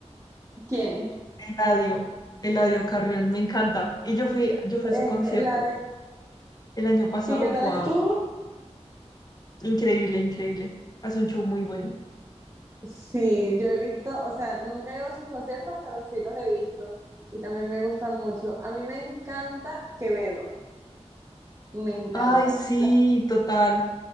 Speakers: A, on the right; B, on the left.
A: ¿Quién?
B: Eladio, Eladio Carrión, me encanta. Y yo fui, yo fui
A: Eh,
B: a su concierto
A: la de...
B: el año pasado.
A: ¿Y qué tal
B: Wow,
A: estuvo?
B: increíble, increíble. Hace un show muy bueno.
A: Sí, yo he visto, o sea, nunca he ido a sus conciertos, pero sí los he visto y también me gusta mucho. A mí me encanta Quevedo, me encanta.
B: Ay, sí, total.